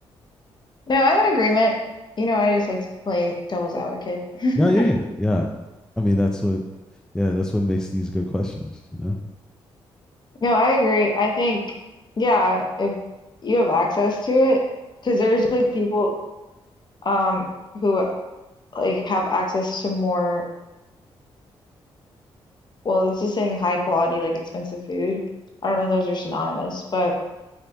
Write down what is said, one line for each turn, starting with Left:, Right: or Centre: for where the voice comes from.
Left: No, I'm in agreement. You know, I just like to play devil's advocate. <laughs>
Centre: Yeah, yeah, yeah, yeah. I mean, that's what, yeah, that's what makes these good questions, you know?
Left: No, I agree. I think, yeah, if you have access to it, because there's definitely people um who like have access to more, well, this is saying high quality, like expensive food. I don't know if those are synonymous, but